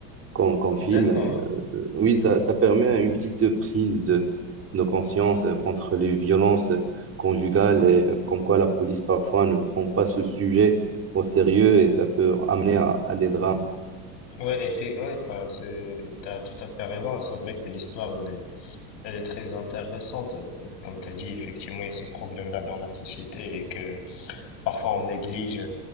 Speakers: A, on the right; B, on the left.
A: comme, comme
B: D'accord.
A: film. Et, euh, c'est- oui, ça, ça permet une petite prise de, de conscience euh, contre les violences conjugales et euh, comme quoi la police parfois ne prend pas ce sujet au sérieux et ça peut amener à à des drames.
B: Ouais, effe- ouais, t'as, c'est- t'as tout à fait raison. C'est vrai que l'histoire, Elle est très intéressante. euh, Comme tu as dit, effectivement, il y a ce problème-là dans la société et que parfois on néglige